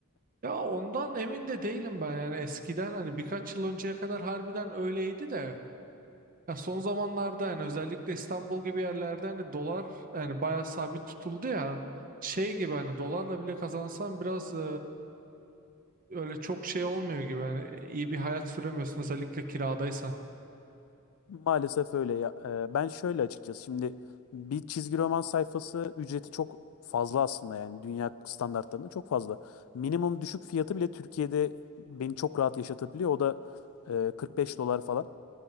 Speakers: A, on the right; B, on the left.
A: Ya ondan emin de değilim ben yani eskiden hani birkaç yıl önceye kadar harbiden öyleydi de ya son zamanlarda yani özellikle İstanbul gibi yerlerde hani dolar yani bayağı sabit tutuldu ya şey
B: Evet.
A: gibi hani dolarla bile kazansan biraz e, öyle çok şey olmuyor gibi hani iyi bir hayat süremiyorsun özellikle kiradaysan.
B: Maalesef öyle ya. Ee, Ben şöyle açıkçası şimdi bir çizgi roman sayfası ücreti çok fazla aslında yani dünya standartlarında çok fazla. Minimum düşük fiyatı bile Türkiye'de beni çok rahat yaşatabiliyor. O da e, 45 dolar falan.